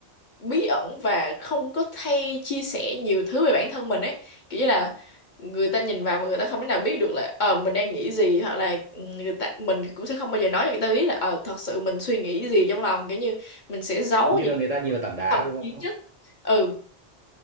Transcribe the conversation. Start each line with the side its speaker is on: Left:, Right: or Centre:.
Left: bí ẩn và không có hay chia sẻ nhiều thứ về bản thân mình ấy. Kiểu như là người ta nhìn vào mà người ta không thể nào biết được là ờ mình đang nghĩ gì hoặc là ừ, người ta mình cũng sẽ không bao giờ nói cho người ta biết là ờ thật sự mình suy nghĩ gì trong lòng kiểu như mình sẽ giấu
Right: như
Left: những
Right: là
Left: cái
Right: người ta nhìn vào tảng đá
Left: thầm
Right: đúng
Left: kín
Right: không
Left: nhất. Ừ